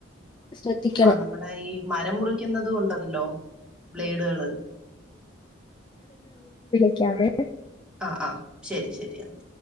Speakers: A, on the left; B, in the centre.
A: ശ്രദ്ധിക്കണം
B: ആ നമ്മുടെ ഈ മരം മുറിക്കുന്നതും ഒണ്ടല്ലോ ബ്ലേഡുകള്
A: ഉം ക്കാമെ
B: ആ ആ ശെരി ശെരി എന്ന